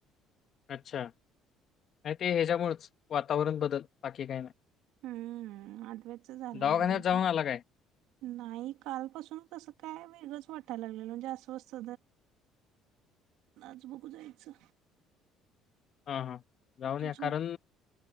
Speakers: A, on the left; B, on the right.
A: अच्छा, नाही ते ह्याच्यामुळेच वातावरण बदल बाकी काही नाही.
B: हम्म, अद्वैत चे झालं
A: दवाखान्यात
B: मध्ये आता
A: जाऊन आला काय?
B: नाही कालपसूनच असं काय वेगळंच वाटत. लागलेलं म्हणजे अस्वस्थ आज बघू जायचं.
A: हा हां जाऊन.
B: तर
A: या
B: झोप
A: कारण